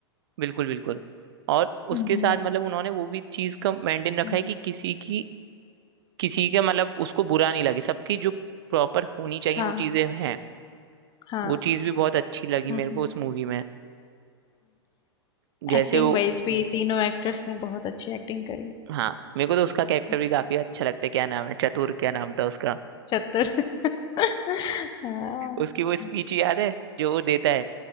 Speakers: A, on the right; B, on the left.
A: बिल्कुल बिल्कुल और
B: हम्म
A: उसके साथ मतलब उन्होंने वो भी चीज का मेंटेन रखा
B: हम्म,
A: है कि किसी की किसी के मतलब उसको बुरा नहीं लगे सबकी जो प्रॉपर होनी चाहिए
B: हाँ
A: वो चीजें हैं
B: हाँ
A: वो चीज भी बहुत अच्छी लगी
B: हम्म
A: मेरे को उस मूवी में जैसे
B: एक्टिंग
A: वो
B: वाइज भी तीनों एक्टर्स ने बहुत अच्छी एक्टिंग करी
A: हाँ मेरे को तो उसका कैरेक्टर
B: हम्म,
A: भी काफी अच्छा लगता है क्या नाम है चतुर क्या नाम था उसका <laughs>
B: चतुर <laughs> हाँ,
A: उसकी वो स्पीच
B: हम्म,
A: याद है जो वो देता है